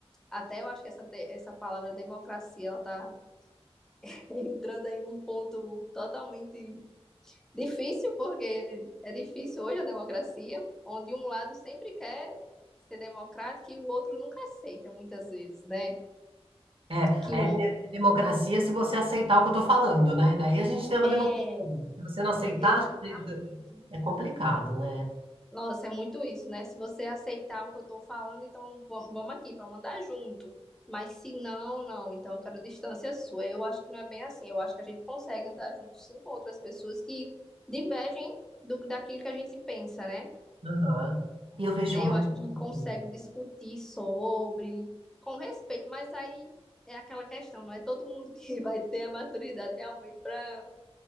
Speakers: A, in the centre; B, on the right.
A: até eu acho que essa, de- essa palavra democracia ela tá <laughs> entrando aí num ponto totalmente difícil, porque é difícil hoje a democracia, onde um lado sempre quer ser democrático e o outro nunca aceita muitas vezes, né?
B: É,
A: Que o
B: é
A: outro
B: de- é democracia se você aceitar o que eu estou falando, né? Daí a gente tem uma
A: é
B: democracia. Se você não aceitar,
A: exatamente
B: é complicado, né?
A: Nossa, é muito isso, né? Se você aceitar o que eu tô falando, então vamos, vamos aqui, vamos andar junto. Mas se não, não, então eu quero distância sua. Eu acho que não é bem assim. Eu acho que a gente consegue andar junto sim com outras pessoas que divergem do daquilo que a gente pensa, né?
B: Aham. E eu vejo
A: Né?
B: muito.
A: Eu acho que a gente consegue discutir sobre, com respeito, mas aí é aquela questão, não é todo mundo que <laughs> vai ter a maturidade realmente para